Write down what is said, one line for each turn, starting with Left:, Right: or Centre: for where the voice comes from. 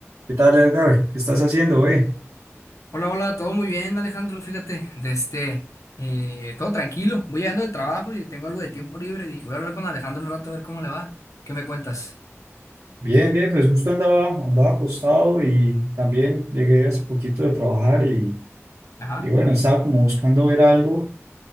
Right: ¿Qué tal, Edgar? ¿Qué estás haciendo, güey?
Left: Hola, hola, todo muy bien, Alejandro. Fíjate, de este, eh, todo tranquilo. Voy llegando del trabajo y tengo algo de tiempo libre. Dije, voy a hablar con Alejandro un rato a ver cómo le va. ¿Qué me cuentas?
Right: Bien, bien, pues justo andaba, andaba acostado y también llegué hace poquito de trabajar y,
Left: Ajá,
Right: y bueno, estaba como buscando ver algo,